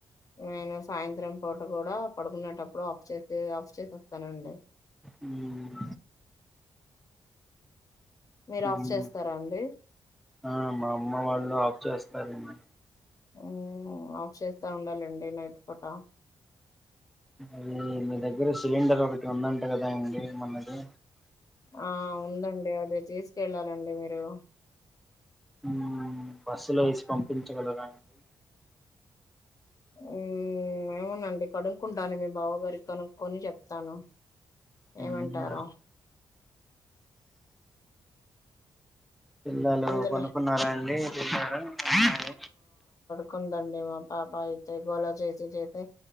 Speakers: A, on the left; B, in the centre.
A: నేను సాయంత్రం పూట కూడా పడుకునేటప్పుడు ఆఫ్ చేసే ఆఫ్ చేసి వస్తానండి,
B: ఉమ్
A: మీరు ఆఫ్
B: ఉమ్.
A: చేస్తారా అండి
B: ఆ మా అమ్మ వాళ్ళు ఆఫ్ చేస్తారండి
A: ఊ ఆఫ్ చేస్తా ఉండాలండి నైట్ పూట
B: అది మీ దగ్గర సిలిండర్ ఒకటి ఉందంట కదా అండి మొన్నది
A: ఆ ఉందండి అది తీసుకెళ్ళాలండి మీరు
B: ఊ బస్సులో ఏసి పంపించగలగా అండి
A: ఉ ఏమొనండి కడుంక్కుంటానండి మీ బావగారిక్ కనుక్కొని చెప్తాను
B: ఉమ్,
A: ఏమంటారో
B: పిల్లలు
A: అందులో
B: పనుక్కున్నారా అండి తిన్నారా మరి
A: కుందండి మా పాప అయితే గోలా చేసి చేసి